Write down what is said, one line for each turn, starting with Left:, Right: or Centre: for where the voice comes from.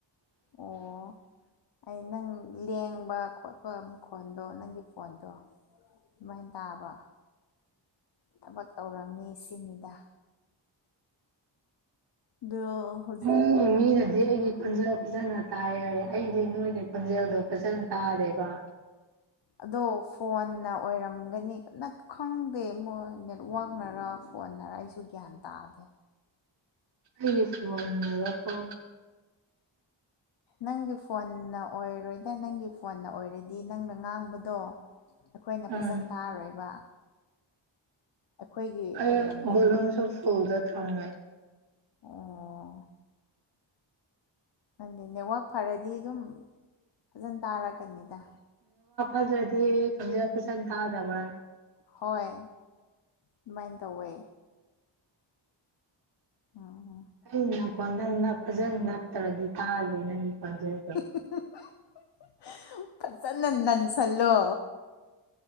Right: <inaudible>
Left: ꯑꯣ ꯑꯩ ꯅꯪ ꯂꯦꯡꯕ ꯈꯣꯠꯄ ꯃꯈꯣꯟꯗꯣ ꯅꯪꯒꯤ ꯐꯣꯟꯗꯣ ꯗꯨꯃꯥꯏꯟ ꯇꯥꯕ ꯊꯕꯛ ꯇꯧꯔꯝꯅꯤ ꯁꯤꯅꯤꯗ꯫ ꯗꯣ__
Right: ꯃꯤꯅꯥ ꯃꯤꯅꯗꯤ ꯑꯩꯒꯤ ꯈꯣꯟꯖꯦꯜ ꯐꯖꯅ__ ꯇꯥꯏ ꯍꯥꯏꯌꯦ ꯑꯩꯗꯤ ꯅꯣꯏꯒꯤ ꯈ‌ꯣꯜꯟꯖꯦꯜꯗꯣ ꯐꯖꯅ ꯇꯥꯗꯦꯕ꯫
Left: ꯑꯗꯣ ꯐꯣꯟꯅ ꯑꯣꯏꯔꯝꯒꯅꯤ ꯅꯠ ꯈꯪꯗꯦ ꯃꯣꯏ ꯅꯦꯠꯋꯥꯛꯅꯔ ꯐꯣꯟꯅꯔ ꯑꯩꯁ꯫ ꯗꯨ ꯒ꯭ꯌꯥꯟ ꯇꯥꯗꯦ꯫
Right: ꯑꯩ ꯐꯣꯟꯅꯔ‌ꯣ ꯀꯣ꯫
Left: ꯅꯪꯒꯤ ꯐꯣꯟꯅ ꯑꯣꯏꯔꯣꯏꯗ ꯅꯪꯒꯤ ꯐꯣꯟꯅ ꯑꯣꯏꯔꯗꯤ ꯅꯪꯅ ꯉꯥꯡꯕꯗꯣ ꯑꯩꯈꯣꯏꯅ
Right: ꯎꯝ
Left: ꯐꯖꯟ ꯇꯥꯔꯣꯏꯕ꯫ ꯑꯩꯈꯣꯏꯒꯤ
Right: ꯑꯩ
Left: ꯑꯣꯏꯔꯝꯒꯅꯤ
Right: ꯕ‌ꯣꯂꯨꯝꯁꯨ ꯐꯨꯜꯗ ꯊꯝꯃꯦ꯫
Left: ꯑꯣ꯫ ꯅꯪꯗꯤ ꯅꯦꯠꯋꯥꯛ ꯐꯔꯗꯤ ꯑꯗꯨꯝ ꯐꯖꯅ ꯇꯥꯔꯛꯀꯅꯤꯗ꯫
Right: ꯑꯗꯗꯤ ꯈ‌ꯣꯟꯖ‌ꯦꯜ ꯐꯖꯟ ꯇꯥꯗꯕꯔ‌ꯥ
Left: ꯍꯣꯏ ꯗꯨꯃꯥꯏꯟ ꯇꯧꯋꯦ ꯑꯝ
Right: ꯑꯩ ꯅ ꯀꯣꯟꯗ ꯅꯞ ꯐꯖꯟ ꯅꯞꯇ꯭ꯔꯗꯤ ꯇꯥꯗꯦ ꯅꯪꯒꯤ ꯈꯣꯟꯖ‌ꯦꯜꯗꯣ
Left: <unintelligible> ꯐꯖꯅ ꯅꯟ ꯁꯜꯂꯣ